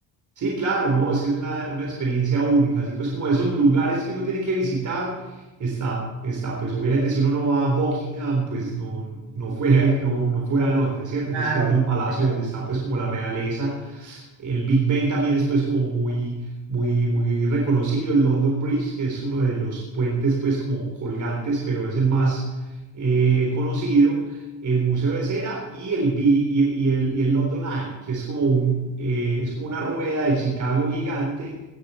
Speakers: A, on the right; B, on the right.
A: Sí, claro, no, es que es una, una experiencia única, así pues como esos lugares que uno tiene que visitar, está, está, pues obviamente si uno no va a Buckingham, pues no, no fue ahí, no, no fue
B: No,
A: a Londres, ¿cierto?
B: claro,
A: Pues que es
B: no,
A: el
B: no,
A: palacio
B: fuiste,
A: donde
B: no.
A: está pues como la realeza El Big Ben también es pues como muy, muy, muy reconocido. El London Bridge, que es uno de los puentes pues como colgantes, pero es el más eh, conocido. El Museo de Cera y el, Bi- y, y el, y el London Eye, que es como, un, eh, es como una rueda de Chicago gigante